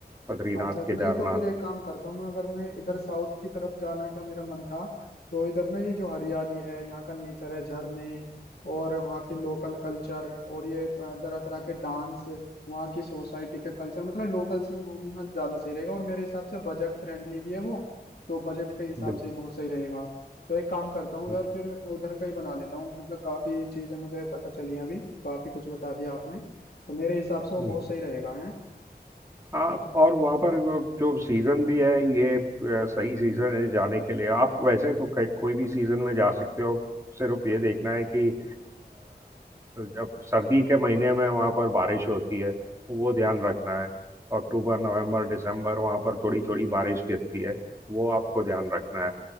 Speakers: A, on the right; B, on the left.
A: बद्रीनाथ
B: अच्छा नहीं
A: केदारनाथ
B: तो फिर एक काम करता हूँ मैं अगर मैं इधर साउथ की तरफ जाने का मेरा मन था तो इधर ना ये जो हरियाली है यहाँ का नेचर है झरने और वहाँ की लोकल कल्चर और ये तरह तरह के डांस वहाँ की सोसाइटी के कल्चर मतलब लोकल्स में घूमना ज्यादा सही रहेगा और मेरे हिसाब से बजट फ्रेंडली भी है वो तो बजट के हिसाब
A: बिल्कुल
B: से ही बहुत सही रहेगा तो एक काम करता हूँ
A: बिल्कुल
B: यार फिर उधर का ही बना लेता हूँ मतलब काफी चीजें मुझे पता चली हैं अभी काफी कुछ बता दिया आपने तो मेरे हिसाब से वो
A: हम्म।
B: बहुत सही रहेगा है
A: हाँ और वहाँ पर वो जो सीज़न भी है ये अ, सही सीज़न है जाने के लिए आप वैसे तो कई- कोई भी सीज़न में जा सकते हो सिर्फ ये देखना है कि अ, जब सर्दी के महीने में वहाँ पर बारिश होती है वो ध्यान रखना है अक्टूबर नवंबर दिसंबर वहाँ पर थोड़ी थोड़ी बारिश गिरती है वो आपको ध्यान रखना है